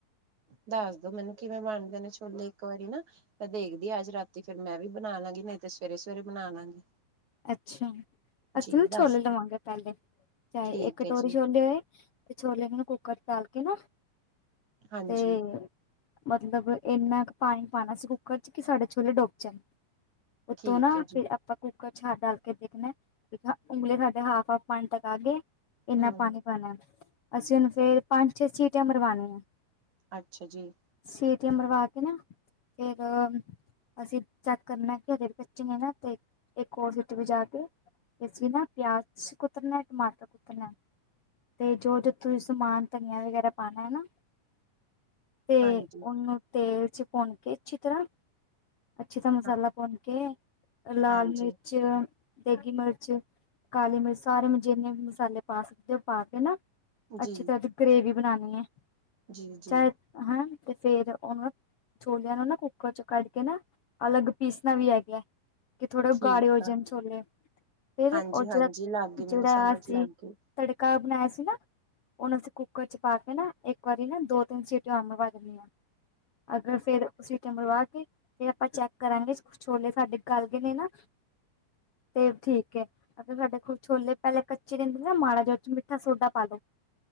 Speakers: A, on the right; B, on the left.
A: ਦੱਸ ਦੋ ਮੈਨੂੰ ਕਿਵੇਂ ਬਣਦੇ ਨੇ ਛੋਲੇ ਇੱਕ ਵਾਰੀ ਨਾ। ਮੈਂ ਦੇਖਦੀ ਅੱਜ ਰਾਤੀ ਫੇਰ ਮੈਂ ਵੀ ਬਣਾ ਲਾਂਗੀ ਨਈ ਤੇ ਸਵੇਰੇ-ਸਵੇਰੇ ਬਣਾ ਲਾਂਗੀ।
B: ਅੱਛਾ ਅਸੀਂ
A: ਜੀ
B: ਨਾ
A: ਦੱਸ
B: ਛੋਲੇ ਲਵਾਂਗੇ ਪੇਲੇ ਚਾਏ
A: ਠੀਕ
B: ਇਕ ਕਟੋਰੀ
A: ਹੈ ਜੀ
B: ਛੋਲੇ ਹੋਏ। ਤੇ ਛੋਲੇ ਨੂੰ ਕੁੂੱਕਰ ਚ ਤਲ ਕੇ ਨਾ
A: ਹਾਂਜੀ।
B: ਤੇ ਮਤਲਬ ਇੰਨਾ ਕੁ ਪਾਣੀ ਪਾਉਣਾ ਸੀ ਕੁੱਕਰ ਚ ਕਿ ਸਾਡੇ ਛੋਲੇ ਡੁੱਬ ਜਾਣ ਉੱਤੋਂ
A: ਠੀਕ
B: ਨਾ
A: ਹੈ ਜੀ
B: ਫਿਰ ਆਪਾਂ ਛੱਦ ਡਾਲ ਕੇ ਦੇਖਣਾ ਠੀਕ ਉਂਗਲੇ ਸਾਡੇ ਹਾਫ, ਹਫ ਪਾਣੀ ਤੱਕ ਆ ਗਏ। ਇੰਨਾ
A: ਹਮ
B: ਪਾਣੀ-ਪਾਣਾ ਅਸੀਂ ਉਹਨੂੰ ਫੇਰ ਪੰਜ, ਛੇ ਸੀਟੀਆਂ ਮਰਵਾਨੇ ਆ
A: ਅੱਛਾ ਜੀ।
B: ਸੀਟਿਆਂ ਮਰਵਾ ਕੇ ਨਾ ਫੇਰ ਅਸੀਂ ਚੈੱਕ ਕਰਨਾ ਕਿ ਹਜੇ ਕੱਚੇ ਨੇ ਨਾ ਤੇ ਇੱਕ ਹੋਰ ਸਿੱਟੀ ਵਜਾ ਕੇ ਅਸੀਂ ਨਾ ਪਿਆਜ ਕੁਤਰਨਾ, ਟਮਾਟਰ ਕੁਤਨੈ ਤੇ ਜੋ ਜੋ ਤੁਸੀਂ ਸਮਾਨ ਧਨੀਆ ਵਗੈਰਾ ਪਾਣਾ ਹੈ ਨਾ, ਤੇ
A: ਹਾਂਜੀ
B: ਔਹਨੂੰ ਤੇਲ ਚ ਭੌਨ ਕੇ ਅੱਛੀ ਤਰ੍ਹਾਂ, ਅੱਛੇ ਤ ਮਸਾਲਾ
A: ਹਾਂ
B: ਪੌਨ ਕੇ ਲਾਲ
A: ਹਾਂਜੀ
B: ਮਿਰਚ, ਦੇਗੀ ਮਿਰਚ ਕਾਲੀ ਮਿਰਚ ਸਾਰੇ ਜਿੰਨੇ ਵੀ ਮਸਾਲੇ ਪਾ ਸਕਦੇ ਔ ਪਾ ਕੇ ਨਾ
A: ਜੀ
B: ਅੱਛੀ ਤਰ੍ਹਾਂ ਦੀ ਗਰੇਵੀ ਬਣਾਣੀ ਏ,
A: ਜੀ ਜੀ
B: ਚਾਹੇ ਹੈਂ ਤੇ ਫੇਰ ਔਹਨੂੰ ਛੋਲਿਆਂ ਨੂੰ ਨਾ ਕੁੱਕਰ ਚ ਕੱਢ ਕੇ ਨਾ, ਅਲੱਗ ਪੀਸਣਾ ਵੀ ਹੈਗਾ ਕਿ ਥੋੜਾ
A: ਠੀਕ
B: ਕਾਰਯੋਜਨ
A: ਆ
B: ਛੋਲੇ, ਫਿਰ
A: ਹਾਂਜੀ
B: ਉਹ ਜਿਹੜਾ,
A: ਹਾਂਜੀ ਲੱਗ ਗਈ
B: ਜਿਹੜਾ
A: ਮੈਨੂੰ ਸਮਝ
B: ਅਸੀਂ
A: ਲੱਗ ਗਈ
B: ਤੜਕਾ ਬਣਾਇਆ ਸੀ ਨਾ, ਉਹਨੂੰ ਅਸੀਂ ਕੁੱਕਰ ਚ ਪਾ ਕੇ ਨਾ ਇੱਕ ਵਾਰੀ ਨਾ ਦੋ, ਤਿੰਨ ਸੀਟਿਆ ਹੋਰ ਮਰਵਾ ਦੀਨੀ ਆ, ਅਗਰ ਫੇਰ ਸੀਟਿਆ ਮਰਵਾ ਫੇਰ ਆਪਾਂ ਚੈੱਕ ਕਰਾਂਗੇ ਛੋਲੇ ਸਾਡੇ ਗਲ ਗਏ ਨੇ ਨਾ ਤੇ ਠੀਕ ਹੈ। ਅਗਰ ਸਾਡੇ ਕੂਛ ਛੋਲੇ ਪਹਿਲੇ ਕੱਚੇ ਰਹਿੰਦੇ ਨਾ ਮਾੜਾ ਜ ਔਚ ਮਿੱਠਾ ਸੋਡਾ ਪਾ ਦੋ।